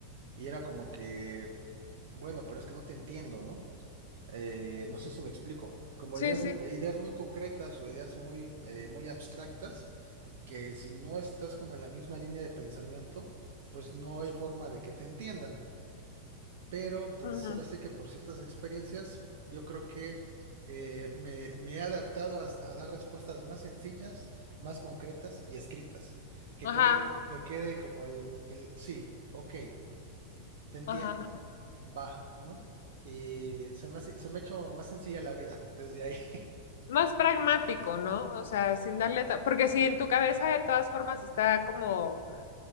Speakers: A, on the right; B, on the left.
A: Y era como que, bueno, pero es que no te entiendo, ¿no? eh, no sé si me explico, como
B: Sí,
A: ideas,
B: sí.
A: mu- ideas muy concretas o ideas muy, eh, muy abstractas, que si no estás como en la misma línea de pensamiento, pues no hay forma de que te entiendan. Pero pues
B: Ujú.
A: ahora sí que por ciertas experiencias, yo creo que eh, me, me he adaptado a, a dar respuestas más sencillas, más concretas y escritas. Que
B: Ajá,
A: quede, que quede como el, el sí, ok, te entiendo
B: ajá.
A: va, ¿no? Y se me hace- se me ha hecho más sencilla la vida desde ahí. <laughs>
B: Más pragmático, ¿no? O sea, sin darle... ta- Porque si en tu cabeza de todas formas está como,